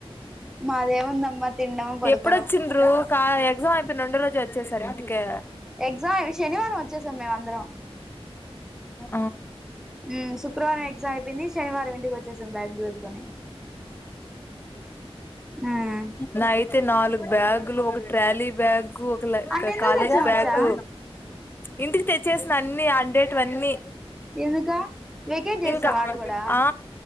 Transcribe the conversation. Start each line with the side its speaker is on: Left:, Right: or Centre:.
Centre: మాదేముందమ్మా తినడం పడుకోడం
Left: ఎప్పుడొచ్చిండ్రు కా ఎగ్జామ్ అయిపోయి రెండ రోజు వచ్చేసారు ఇంటికే
Centre: ఎగ్జామ్ శనివారం వచ్చేసాం మేము అందరం
Left: ఆ
Centre: హ్మ్ శుక్రవారం ఎగ్జామ్ అయిపోంది శనివారం ఇంటికి వచ్చేసాం బ్యాగ్ లు సర్దుకొని ఉమ్
Left: నా అయితే నాలుగు బ్యాగ్ లో ట్రాలీ బ్యాగ్ కు ఒక
Centre: అన్ని ఎందుకు
Left: కాలేజ్
Centre: తెచ్చాం
Left: బ్యాగ్
Centre: మచ్చా
Left: ఇంటికి తెచ్చేసిన అన్ని అండేటవన్నీ
Centre: ఎందుకా వెకేట్ చేసా
Left: ఇంకా
Centre: వాడు కూడా
Left: ఆ